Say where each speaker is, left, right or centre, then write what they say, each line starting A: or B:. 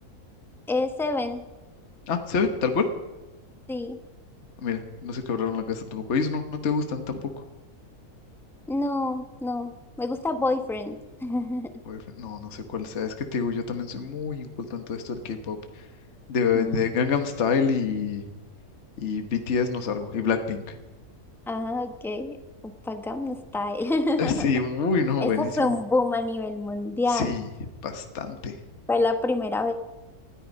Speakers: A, in the centre; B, on the left.
A: Eh, Seven,
B: Ah, Seven, tal cual.
A: sí.
B: Mira, no se quebraron la casa tampoco. Ellos no, no te gustan tampoco.
A: No, no. Me gusta Boyfriend. <laughs>
B: Boyfriend, No, no sé cuál sea. Es que te digo, yo también soy muy inculto en todo esto del K-pop. De,
A: Mm.
B: de Gangnam Style y, y BTS no salgo. Y Blackpink.
A: Ah, ok. Gangnam Style. <laughs>
B: <laughs> Sí, muy no,
A: Esa
B: buenísimo.
A: fue un boom a nivel mundial.
B: Sí, bastante.
A: Fue la primera vez